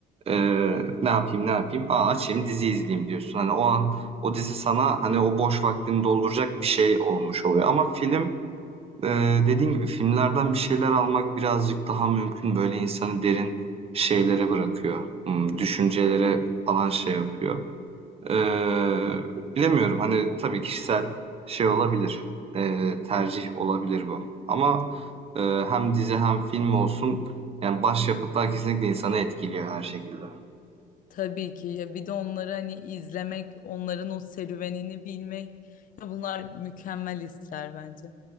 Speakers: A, on the right; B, on the left.
A: Eee, ne yapayım ne yapayım? Aa açayım dizi izleyeyim diyorsun. Hani o an o dizi sana hani o boş vaktini dolduracak bir şey olmuş oluyor. Ama film eee dediğin gibi filmlerden bir şeyler almak birazcık daha mümkün. Böyle insanı derin şeylere bırakıyor. Hmm, düşüncelere falan şey yapıyor. Eee, bilemiyorum hani tabii kişisel şey olabilir. Eee, tercih olabilir bu. Ama eee, hem dizi hem film olsun yani başyapıtlar kesinlikle insanı etkiliyor her şekilde.
B: Tabii ki ya bir de onları hani izlemek, onların o serüvenini bilmek ya bunlar mükemmel hisler bence.